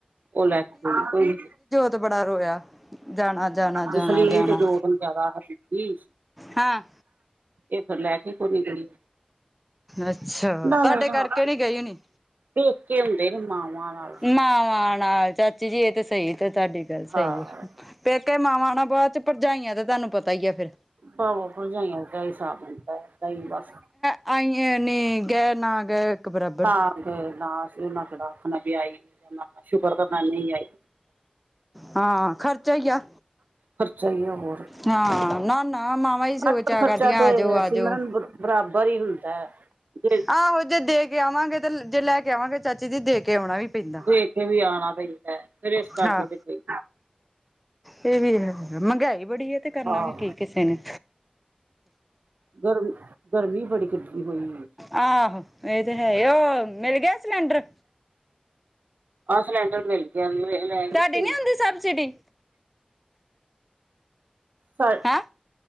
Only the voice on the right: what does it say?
ਓ ਲੈ ਕੇ ਗਈ ਕੋਈ
ਜਸਲੀਨ
ਤੇ ਜੋਤ ਨੂੰ ਜ਼ਿਆਦਾ ਹਤੀ।
ਏ ਫੇਰ ਲੈ ਕੇ ਕੋਨੀ ਗਈ।
ਨਾਲੇ
ਨਾ
ਪੇਕੇ ਹੁੰਦੇ ਨੇ ਮਾਵਾਂ ਨਾਲ।
ਹਾਂ
ਭਰਾਵਾਂ ਭਰਜਾਈਆ ਦਾ ਈ ਸਾਥ ਹੁੰਦਾ ਹੈ, ਬਸ।
ਤਾਂ ਨਾ, ਸੀ ਉਹਨਾਂ ਕਿਹੜਾ ਆਖਿਆ ਕੀ ਆਈ ਸ਼ੁਕਰ ਕਰ, ਮੈਂ ਨਹੀਂ ਆਈ।
ਖਰਚਾ ਹੀ, ਆ! ਹੋਰ
ਅੱਜ
ਕੱਲ ਖਰਚਾ
ਤੇ
ਸਿਮਰਨ ਬਰਾਬਰ ਹੀ ਹੁੰਦਾ ਹੈ। ਦੇ
ਪੇਕੇ ਵੀ ਆਉਣਾ ਪੈਂਦਾ, ਫਿਰ ਇਸ ਕਰਕੇ
ਨਿਕਲੀ।
ਹਾਂ
ਗਰਮੀ, ਗਰਮੀ ਬੜੀ ਕੱਢੀ ਹੋਈ ਹੈ।
ਆਹ ਸਿਲੰਡਰ ਮਿਲ ਗਿਆ, ਲੈ ਗਈ
ਸੀ
ਸਾ,